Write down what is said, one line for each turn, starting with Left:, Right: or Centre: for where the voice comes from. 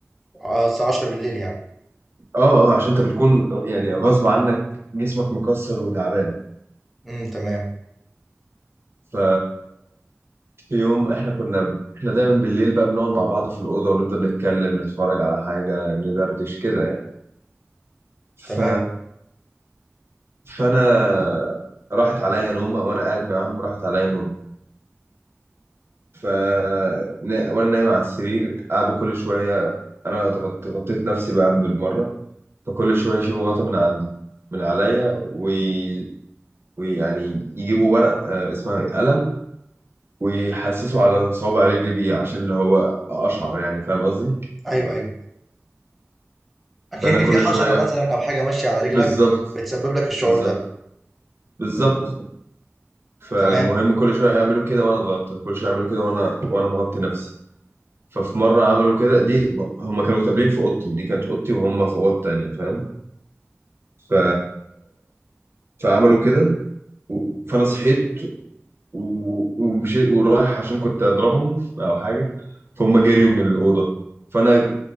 Centre: اه الساعة 10 بالليل يعني
Right: اه اه عشان انت بتكون يعني غصب عنك جسمك مكسر وتعبان
Centre: امم تمام
Right: ف في يوم احنا كنا احنا دايما بالليل بقى بنقعد مع بعض في الاوضه ونفضل نتكلم نتفرج على حاجه ندردش كده يعني ف
Centre: تمام
Right: فانا راحت عليا نومه وانا قاعد معاهم راحت عليا نومه ف نا- وانا نايم على السرير قعدوا كل شويه انا اتغط- غطيت نفسي بقى بالمره فكل شويه يشيلوا غطا من عندي من عليا وي... ويعني يجيبوا ورق آه، اسمها قلم ويحسسوا على صوابع رجلي بيه عشان اللي هو اشعر يعني فاهم قصدي
Centre: ايوه ايوه اكن
Right: فانا
Centre: في
Right: كل
Centre: حشره
Right: شويه
Centre: مثلا او حاجه ماشيه على رجلك
Right: بالظبط
Centre: بتسبب لك الشعور
Right: بالظبط
Centre: ده
Right: بالظبط فالمهم
Centre: تمام
Right: كل شويه يعملوا كده وانا اتغطى كل شويه يعملوا كده وانا وانا مغطي نفسي ففي مره عملوا كده دي هما كانوا متقابلين في اوضتي دي كانت اوضتي وهم في اوض تانية فاهم ف... فعملوا كده و... فانا صحيت و... ومشيت ورايح عشان كنت اضربهم او حاجه فهم جريوا من الاوضه فانا